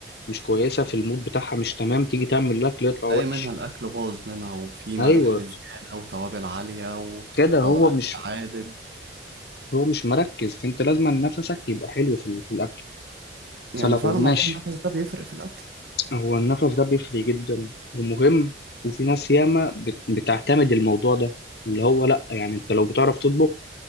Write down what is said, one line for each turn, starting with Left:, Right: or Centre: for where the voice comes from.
Left: مش كويسة في المود بتاعها مش تمام تيجي تعمل الأكل يطلع
Right: تلاقي
Left: وحش
Right: منها الأكل باظ منها وفي ملح
Left: أيوه
Right: زيادة وتوابل عالية و...
Left: كده هو
Right: أو أكل
Left: مش
Right: عادب
Left: هو مش مركز فأنت لازم نفسك يبقى حلو في, ال- في الأكل
Right: يعني
Left: بس لو
Right: فعلا
Left: ماشي
Right: موضوع النفس ده بيفرق في الأكل
Left: هو النفس ده بيفرق جدا ومهم وفي ناس ياما بت- بتعتمد الموضوع ده اللي هو لأ يعني أنت لو بتعرف تطبخ